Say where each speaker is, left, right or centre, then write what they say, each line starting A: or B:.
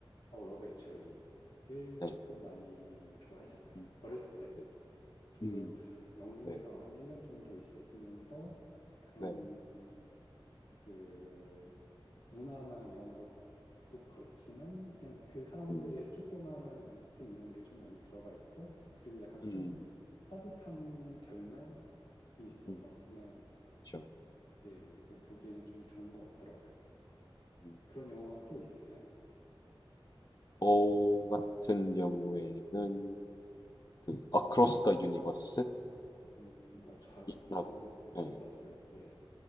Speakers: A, on the left; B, on the left.
A: 어, 러브 액츄얼리를
B: 네.
A: 조금 많이 좋아했었어요.
B: 음.
A: 어렸을 때는.
B: 네.
A: 저도
B: 음.
A: 영국에서
B: 네.
A: 한 1년 정도 있었으면서 그런
B: 네네.
A: 그 문화나 이런 것도 그렇지만 그냥 그 사람들의
B: 음.
A: 조그마한 위트 이런 게 좀 많이 들어가 있고 그리고 약간
B: 음.
A: 좀 따뜻한 결말이 있어서
B: 음.
A: 그냥
B: 그렇죠.
A: 네 그냥 보기에는 좀 좋은 것 같더라고요.
B: 음.
A: 그런 영화가 또 있으세요?
B: 저 같은 경우에는 그 Across the Universe?
A: 음, 어, 잘,
B: 이라고.
A: 저못
B: 네.
A: 들어봤어요. 예.